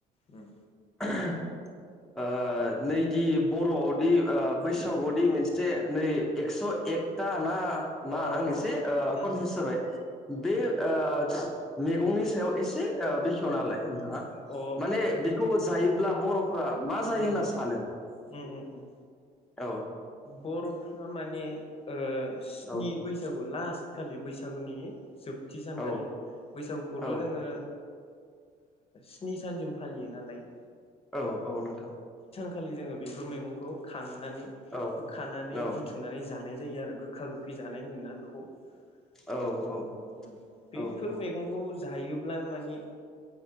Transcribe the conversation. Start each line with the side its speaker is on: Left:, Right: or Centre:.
Left: उम
Centre: ओहोम- ओ नैदि बर'आवदि ओ बैसागुदि
Left: उम
Centre: मोनसे जे नै एक्स' एकथा ना मा
Left: अ
Centre: आं एसे ओ
Left: उम
Centre: कनफिउस
Left: उम
Centre: जाबाय बे ओ मैगंनि सायाव एसे ओ बेखेवना होलाय मा
Left: अ
Centre: माने- बेखौ जायोब्ला बर' मा जायो
Left: उम
Centre: होनना
Left: उम
Centre: सानो
Left: उम उम उम
Centre: औ
Left: बर'फ्रा माने ओ स्नि
Centre: औ
Left: बैसागु लास्ट खालि बैसागुनि जोबथि सानखालि
Centre: औ
Left: बैसागुखौथ'
Centre: औ
Left: जोङो स्नि सानसिम फालियो नालाय
Centre: औ औ नोंथां
Left: खालि जोङो बेफोर मैगंखौ खांनानै
Centre: औ
Left: बा खानानै
Centre: औ
Left: बुथुमनानै जानाय जायो आरो गोखा-गोखै जानाय होनोना बेखौ।
Centre: औ
Left: बर'आव
Centre: औ
Left: ओम बेफोर
Centre: औ
Left: मैगंखौ हायोब्ला माने